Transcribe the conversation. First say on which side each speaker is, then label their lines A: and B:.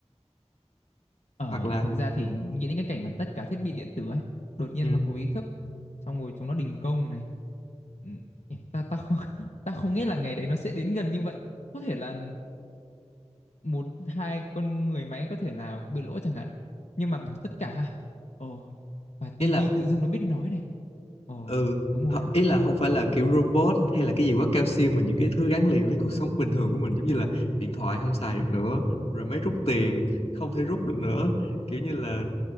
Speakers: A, on the left; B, on the left.
A: Ờ,
B: hoặc là
A: thực ra thì nghĩ đến cái cảnh mà tất cả thiết bị điện tử ấy, đột nhiên
B: ừ,
A: mà có ý thức, xong rồi chúng nó đình công này. Ừ, ê, ta ta không <laughs> ta không nghĩ là ngày đấy nó sẽ đến gần như vậy. Có thể là một hai con người máy có thể là bị lỗi chẳng hạn. Nhưng mà bằng tất cả ha. Ờ, và tivi
B: ý là
A: tự dưng nó biết nói này. Ờ,
B: ừ
A: đúng rồi
B: Ho-
A: á.
B: ý là không phải là kiểu robot hay là cái gì quá cao siêu mà những cái thứ gắn liền với cuộc sống bình thường của mình giống như là điện thoại không xài được nữa rồi máy rút tiền không thể rút được nữa kiểu như là